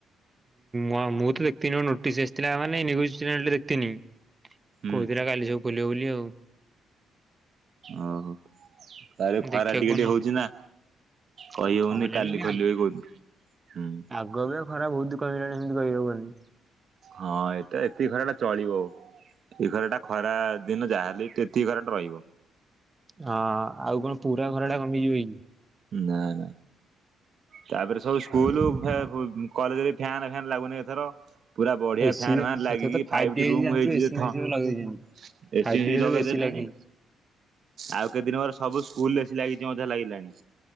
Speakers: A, on the right; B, on the right.
A: ଉଁ ମୁଁ ତ ଦେଖତିିନି ନୋଟିସ୍ ଆସିଥିଲା ମାନେ ନିଉଜୁ ଚ୍ୟାନେଲ ଦେଖିଥିନି।
B: ହୁଁ
A: କହୁଥିଲା କାଲି ସବୁ ଖୋଲିବା ବୋଲି ଆଉ।
B: ଓହୋ ତାପରେ ଖରା
A: ଦେଖିବା
B: ଟିକେ
A: କଣ
B: ଟିକେ ହଉଚି ନା। କହି
A: ଖରାଟା
B: ହଉନେହିଁ କାଲି
A: ବି
B: ଖୋଲିବେ କି କୋଉଦିନ ହୁଁ।
A: ଆଗ ଅପେକ୍ଷା ଖରା ବହୁତୁ କମିଲାଣି ସେମିତି କହିବାକୁ ଗନେ।
B: ହଁ ଏଇଟା ଏତିକି ଖରା ଟା ଚଳିବ ଓଉ। ଏଇ ଘର ଟା ଖରା ଦିନ ଯାହାହେଲେ ବି ଏତିକି ଘରା ଟା ରହିବ।
A: ହଁ ଆଉ କଣ ପୁରା ଖରା ଟା କମିଯିବ କି?
B: ନା ନା ତାପରେ ସବୁ ସ୍କୁଲୁ
A: କି?
B: ଫା ଫୁ କଲେଜରେ ଫ୍ୟାନ୍ ଫ୍ୟାନ୍ ଲାଗୁନି ଏଥର। ପୁରା ବଢିଆ
A: ଏସି
B: ଫ୍ୟାନ୍ ଫ୍ୟାନ୍ ଲାଗିକି
A: ଏଥର ତ ଫାଇଭ୍
B: ଫାଇଟି
A: ଟି ହେଇଛି
B: ରୁମ୍
A: ଜାଣିଛୁ
B: ହେଇଚି
A: ଏସି ମେସି
B: ଥ
A: ସବୁ ଲଗେଇଛନ୍ତି।
B: ଏସିି
A: ଫାଇଭ୍
B: ଫେସି
A: ଟି ରେ ସବୁ
B: ଲଗେଇଦେଲେଣି।
A: ଏସି ଲାଗିଛି।
B: ଆଉ କେତେ ଦିନ ପରେ ସବୁ ସ୍କୁଲୁରେ ଏସି ଲାଗିଯିବ ମତେଯାହା ଲାଗିଲାଣି।